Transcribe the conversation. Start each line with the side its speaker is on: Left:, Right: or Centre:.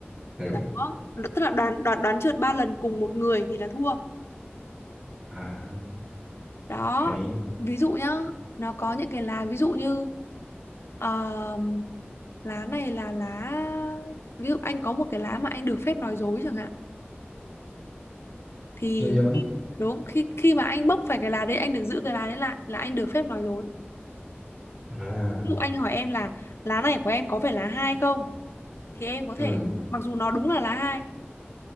Right: hiểu
Left: đó tức là đoán đoán đoán trượt ba lần cùng một người thì là thua
Right: à
Left: đó
Right: hay
Left: thì ví dụ nhá nó có những cái lá ví dụ như ờm, lá này là lá ví dụ anh có một cái lá mà anh được phép nói dối chẳng hạn thì
Right: nói dối
Left: đúng khi khi mà anh bốc phải cái lá đấy anh được giữ cái lá đấy lại là anh được phép nói dối
Right: à
Left: ví dụ anh hỏi em là lá này của em có phải lá hai không thì em có thể
Right: ừ
Left: mặc dù nó đúng là lá hai